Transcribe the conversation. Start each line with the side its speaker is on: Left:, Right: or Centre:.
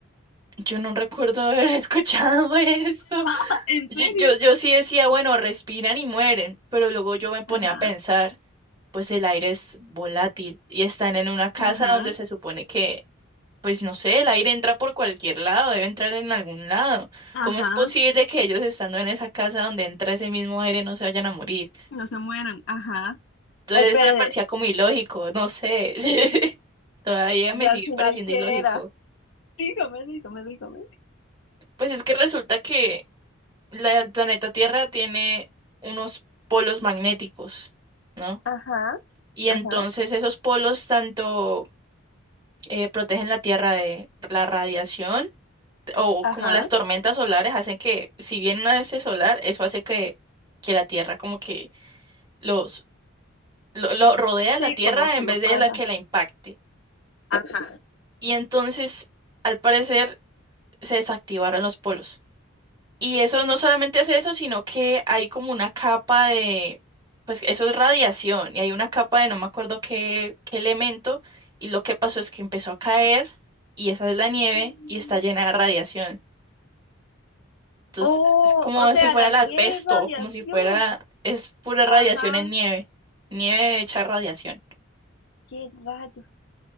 Right: yo no recuerdo haber <laughs> escuchado eso.
Left: <laughs> ¿En
Right: Yo,
Left: serio?
Right: yo, yo sí decía, bueno, respiran y mueren, pero luego yo me ponía
Left: Ajá,
Right: a pensar, pues el aire es volátil y están en una casa
Left: ajá,
Right: donde se supone que Pues no sé, el aire entra por cualquier lado, debe entrar en algún lado.
Left: ajá,
Right: ¿Cómo es posible que ellos estando en esa casa donde entra ese mismo aire no se vayan a morir?
Left: que no se mueran, ajá.
Right: Entonces
Left: Espérese,
Right: eso me parecía como ilógico, no sé. <laughs> Todavía
Left: ¿y
Right: me
Left: al
Right: sigue
Left: final
Right: pareciendo
Left: qué
Right: ilógico.
Left: era? Dígame, dígame, dígame.
Right: Pues es que resulta que la, el planeta Tierra tiene unos polos magnéticos, ¿no?
Left: Ajá,
Right: Y
Left: ajá,
Right: entonces esos polos tanto eh, protegen la Tierra de la radiación, o
Left: ajá.
Right: como las tormentas solares hacen que, si viene una de ese solar, eso hace que, que la Tierra como que los lo, lo rodea la
Left: Sí,
Right: Tierra
Left: como que
Right: en
Left: lo
Right: vez
Left: pasa.
Right: de la que la impacte.
Left: Ajá.
Right: Y entonces, al parecer, se desactivaron los polos. Y eso no solamente hace eso, sino que hay como una capa de, pues eso es radiación, y hay una capa de no me acuerdo qué, qué elemento, y lo que pasó es que empezó a caer, y esa es la nieve,
Left: Mm.
Right: y está llena de radiación. Entonces,
Left: Oh,
Right: es como
Left: o sea,
Right: si fuera
Left: la
Right: el asbesto,
Left: nieve es radiación.
Right: como si fuera, es pura radiación
Left: Ajá,
Right: en nieve, nieve hecha radiación.
Left: qué rayos.